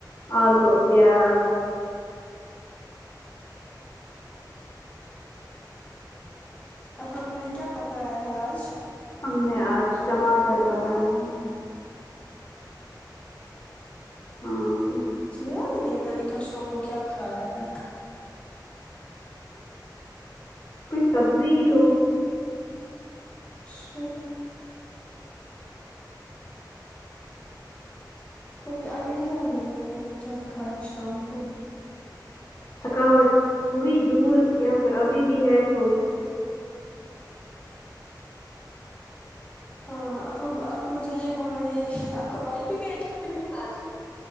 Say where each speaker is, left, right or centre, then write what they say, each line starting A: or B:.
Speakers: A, on the left; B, on the left.
A: آلو اور پیاز
B: آپ لوگوں نے کیا پکایا ہے آج
A: ہم نے آج ٹماٹر بنائے ہیں ہاں
B: چیو دنی ہے میں نکل شوگ کو کیا کایا ہے
A: کچھ سبزی ہی ہوگی
B: ش کوئی آئیڈیا ہی نہیں ہے میں نے کیا کھایا شام کو
A: تھکاوٹ ہوئی دور یا پھر ابھی بھی ہے تھوڑی سی
B: ہاں آپ لوگ آپ مجھے یہ بولو یہ آپ کبھائی بھی گئے ہیں پکنک آج